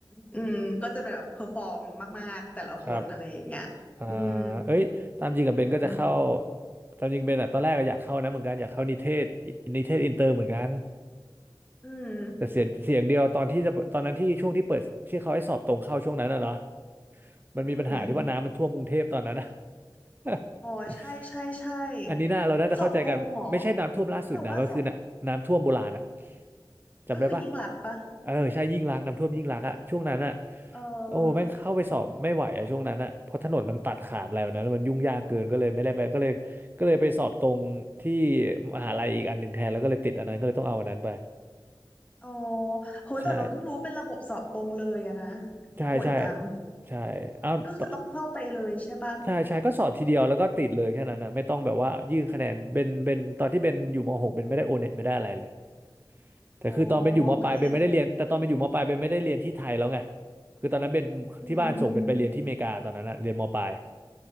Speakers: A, on the left; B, on the right.
A: อืมก็จะเป็นแบบเพอร์ฟอร์มมากๆแต่ละคนอะไรอย่างเงี้ยอืม
B: ครับอ่าเอ้ยตามจริงกับเบนก็จะเข้า
A: เออ
B: ตามจริงเบนอะตอนแรกอะอยากเข้านะเหมือนกันอยากเข้านิเทศอินิเทศอินเตอร์เหมือนกัน
A: อืม
B: แต่เสียเสียงเดียวตอนที่จะเปิดตอนนั้นที่ช่วงที่เปิดที่เขาให้สอบตรงเข้าช่วงนั้นอะเนาะมันมีปัญหาที่ว่าน้ำมันท่วมกรุงเทพตอนนั้นอะ
A: อืม
B: <laughs>
A: อ๋อใช่ใช่ใช่
B: อันนี้น่าเราน่าจะเข้าใจกันไม่ใช่น้ำท่วมล่าสุดนะมันคือน้ำน้ำท่วมโบราณอะ
A: สอบตรงเหรอแต่ว่าสอบ
B: จำได้ปะ
A: ก็คือยิ่งหลักษณ์ปะ
B: เออใช่ยิ่งรักษณ์น้ำท่วมยิ่งรักษณ์อะช่วงนั้นอะ
A: เออ
B: โอ้แม่งเข้าไปสอบไม่ไหวอะช่วงนั้นอะเพราะถนนมันตัดขาดอะไรแบบนั้นมันยุ่งยากเกินก็เลยไม่ได้ไปก็เลยก็เลยไปสอบตรงที่มหาลัยอีกอันหนึ่งแทนแล้วก็เลยติดอันนั้นก็เลยต้องเอาอันนั้นไป
A: อ๋อโหแต่เราเพิ่งรู้เป็นระบบสอบตรงเลยอะนะ
B: ใช่ใช่ใช่
A: โหดจัง
B: ใช่เอาต่อ
A: ก็คือต้องเข้าไปเลยใช่ปะ
B: ใช่ใช่ก็สอบทีเดียวแล้วก็ติดเลยแค่นั้นนะไม่ต้องแบบว่ายื่นคะแนนเบนเบนตอนที่เบนอยู่มหกเบนไม่ได้โอเน็ตไม่ได้อะไรเลย แต่คือตอนเป็นอยู่มปลายเบนไม่ได้เรียนแต่ตอนเป็นอยู่มปลายเบนไม่ได้เรียนที่ไทยแล้วไง
A: อ๋อโอเค
B: คือตอนนั้นเป็นที่บ้านส่งเป็นไปเรียนที่อเมริกาตอนนั้นอะเรียนมปลาย
A: อืมอืม